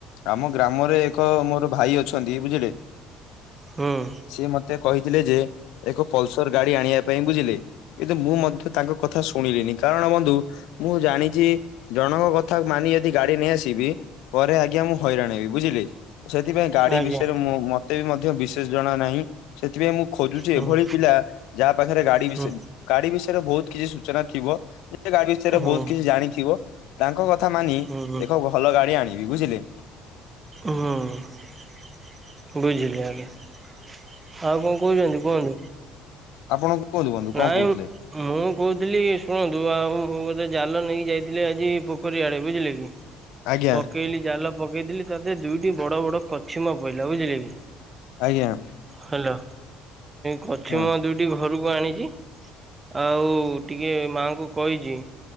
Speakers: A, on the left (about 80°); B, on the right (about 20°).
A: ଆମ ଗ୍ରାମରେ ଏକ ମୋର ଭାଇ ଅଛନ୍ତି ବୁଝିଲେ।
B: ହୁଁ।
A: ସେ ମତେ କହିଥିଲେ ଯେ ଏକ ପଲସର ଗାଡି ଆଣିବା ପାଇଁ ବୁଝିଲେ କିନ୍ତୁ ମୁଁ ମଧ୍ୟ ତାଙ୍କ କଥା ଶୁଣିଲିନି କାରଣ ବନ୍ଧୁ ମୁଁ ଜାଣିଚି ଜଣଙ୍କ କଥା ଥା ମାନିକି ଯଦି ଗାଡି ନେଇ ଆସିବି ପରେ ଆଜ୍ଞା ମୁଁ ହଇରାଣ ହେବି ବୁଝିଲେ କି ସେଥିପାଇଁ ଗାଡି
B: ଆଜ୍ଞା
A: ବିଷୟରେ ମୁ ମତେ ବି ମଧ୍ୟ ବିଶେଷ ଜଣା ନାହିଁ। ସେଥିପାଇଁ ମୁଁ ଖୋଜୁଚି
B: ହୁଁ
A: ଏଭଳି ପିଲା ଯାହା ପାଖରେ ଗାଡି
B: ହୁଁ
A: ବିଷୟ ଗାଡି ବିଷୟରେ ବହୁତ କିଛି ସୂଚନା ଥିବ ଗାଡି ବିଷୟରେ
B: ହୁଁ
A: ବହୁତ କିଛି ଜାଣିଥିବ ତାଙ୍କ କ ମାନି
B: ହୁଁ
A: ଏକ ଭଲ ଗାଡି ଆଣିବି ବୁଝିଲେ।
B: ହଁ ବୁଝଲି ଆଜ୍ଞା। ଆଉ କଣ କହୁଛନ୍ତି କୁହନ୍ତୁ।
A: ଆପଣ କୁହନ୍ତୁ ବନ୍ଧୁ କଣ
B: ନାଇଁ
A: କହୁଥିଲେ
B: ମୁଁ କହୁଥିଲି ଶୁଣନ୍ତୁ ଆଉ ମୁଁ ଜାଲ ନେଇକି ଯାଇଥିଲି ଆଜି ପୋଖରୀ ଆଡେ ବୁଝିଲେ କି
A: ଆଜ୍ଞା
B: ପକେଇଲି ଜାଲ ପକେଇଥିଲି ତା ଦୁଇଟି ବଡ ବଡ କଛିମ ପଇଲା ବୁଝିଲେ କି
A: ଆଜ୍ଞା
B: ହ୍ୟାଲୋ କଛିମ
A: ହଁ
B: ଦୁଇଟି ଘରକୁ ଆଣିଛି ଆଉ ଟିକେ ମାଙ୍କୁ କହିଛି